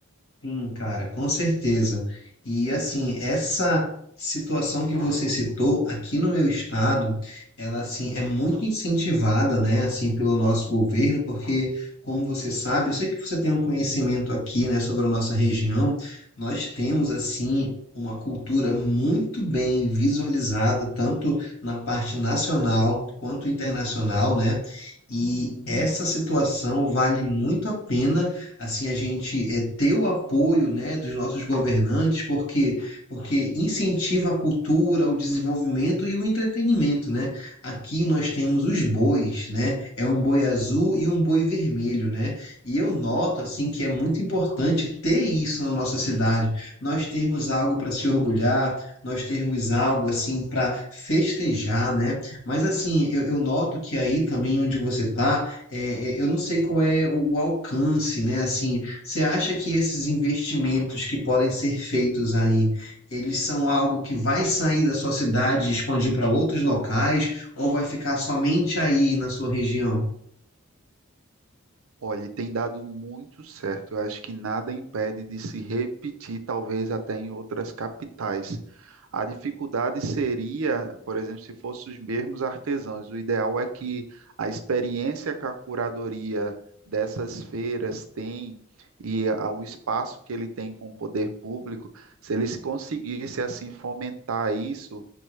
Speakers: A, on the left; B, on the right.
A: Sim, cara, com certeza. E assim, essa situação que você citou aqui no meu estado, ela assim é muito incentivada, né, assim pelo nosso governo, porque como você sabe, eu sei que você tem um conhecimento aqui, né, sobre a nossa região, nós temos assim uma cultura muito bem visualizada tanto na parte nacional quanto internacional, né? E essa situação vale muito a pena assim a gente é, ter o apoio né, dos nossos governantes, porque porque incentiva a cultura, o desenvolvimento e o entretenimento, né? Aqui nós temos os bois, né? É um boi azul e um boi vermelho, né? E eu noto assim que é muito importante ter isso na nossa cidade. Nós temos algo para se orgulhar, nós termos algo assim para festejar, né? Mas assim, eu, eu noto que aí também onde você está é, é, eu não sei qual é o, o alcance, né? Assim, você acha que esses investimentos que podem ser feitos aí, eles são algo que vai sair da sua cidade e expandir para outros locais, ou vai ficar somente aí na sua região?
B: Olha, e tem dado muito certo. Eu acho que nada impede de se repetir, talvez até em outras capitais. A dificuldade seria, por exemplo, se fossem os mesmos artesãos. O ideal é que a experiência que a curadoria dessas feiras tem e a- o espaço que ele tem com o poder público, se eles conseguissem assim fomentar isso